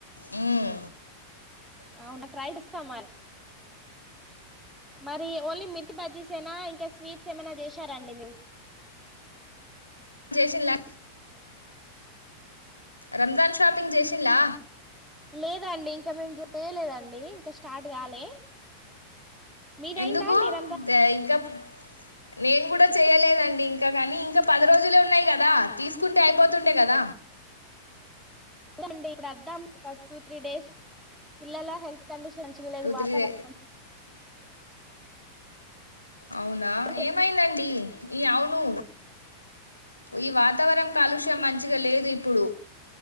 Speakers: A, on the left; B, in the centre.
A: హమ్
B: అవునా ట్రై చేస్తాంని మరి ఓన్లీ మిర్చి బజ్జీస్ ఏనా ఇంకా స్వీట్స్ ఏమైనా చేసారాండి మీవు
A: జేసిన్ల రంజాన్ షాపింగ్ చేసింలా
B: లేదండి ఇంకా మేము చేయలేదండి ఇంక స్టార్ట్ కాలే మీదయిందా
A: ఎందుకు
B: అండి రంజాన్
A: ద ఇంకా నేను కూడా చేయలేదండి ఇంకా కానీ ఇంకా పది రోజులే ఉన్నాయి కదా తీసుకుంటే అయిపోతుండే కద
B: చండి ఇప్పుడు వద్దాం ఒక టూ త్రీ డేస్ పిల్లల హెల్త్ కండిషన్ మంచిగాలేదు
A: టూ త్రీ
B: వాతావరణం
A: డే
B: మంచి
A: అవునా
B: మంచి
A: ఏమైందండి ఈ అవును ఈ వాతావరం కాలుష్యం మంచిగా లేదు ఇప్పుడు